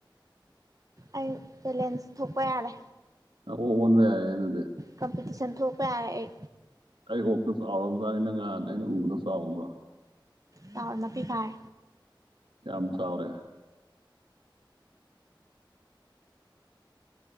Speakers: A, on the right; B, on the right.
A: ꯑꯩ ꯆꯦꯂꯦꯟꯖ ꯊꯣꯛꯄ ꯌꯥꯔꯦ
B: ꯑꯣꯛ ꯑꯣꯟ ꯌꯥꯔꯦꯗꯨꯗꯤ
A: ꯀꯝꯄꯤꯇꯤꯁꯟ ꯊꯣꯛꯄ ꯌꯥꯔꯦ ꯑꯩ
B: ꯑꯩ ꯑꯣꯛꯇ ꯆꯥꯎꯔꯕꯖꯥꯅꯤ ꯅꯪ ꯉꯍꯥꯟ ꯑꯩꯅ ꯎꯕꯗꯣ ꯆꯥꯎꯗ꯭ꯔꯣ
A: ꯆꯥꯎꯔꯦ ꯃꯄꯤꯈꯥꯏ
B: ꯀꯥꯌꯝ ꯆꯥꯎꯔꯦ